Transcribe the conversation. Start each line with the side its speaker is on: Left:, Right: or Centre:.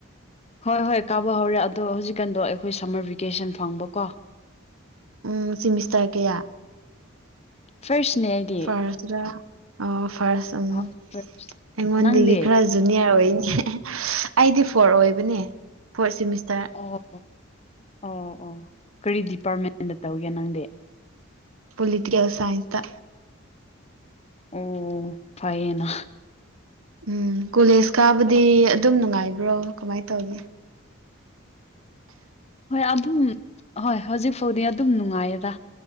Left: ꯍꯣꯏ ꯍꯣꯏ ꯀꯥꯕ ꯍꯧꯔꯦ ꯑꯗꯣ ꯍꯧꯖꯤꯛꯀꯥꯟꯗꯣ ꯑꯩꯈꯣꯏ ꯁꯝꯃꯔ ꯚꯦꯀꯦꯁꯟ ꯐꯪꯕꯀꯣ
Right: ꯎꯝ ꯁꯤꯃꯤꯁꯇꯔ ꯀꯌꯥ
Left: ꯐꯥꯔꯁꯅꯦ ꯑꯩꯗꯤ
Right: ꯐꯥꯔꯁꯔꯥ ꯎ ꯐꯥꯔꯁ ꯎꯝ
Left: ꯍꯣꯏ
Right: ꯑꯩꯉꯣꯟꯗꯒꯤ
Left: ꯅꯪꯗꯤ
Right: ꯈꯔ ꯖꯨꯅꯤꯌꯔ ꯑꯣꯏꯅꯦ ꯑꯩꯗꯤ ꯐꯣꯔ ꯑꯣꯏꯕꯅꯦ ꯐꯣꯔꯠ ꯁꯤꯃꯤꯁꯇꯔ
Left: ꯑꯣ ꯑꯣ ꯑꯣ ꯀꯔꯤ ꯗꯤꯄꯥꯔꯠꯃꯦꯟꯗ ꯇꯧꯒꯦ ꯅꯪꯗꯤ
Right: ꯄꯣꯂꯤꯇꯤꯀꯦꯜ ꯁꯥꯏꯟꯁꯇ
Left: ꯑꯣ ꯐꯩꯌꯦꯅ
Right: ꯎꯝ ꯀꯣꯂꯦꯖ ꯀꯥꯕꯗꯤ ꯑꯗꯨꯝ ꯅꯨꯡꯉꯥꯏꯕ꯭ꯔꯣ ꯀꯃꯥꯏ ꯇꯧꯒꯦ
Left: ꯍꯣꯏ ꯑꯗꯨꯝ ꯍꯣꯏ ꯍꯧꯖꯤꯛ ꯐꯥꯎꯗꯤ ꯑꯗꯨꯝ ꯅꯨꯡꯉꯥꯏꯌꯦꯗ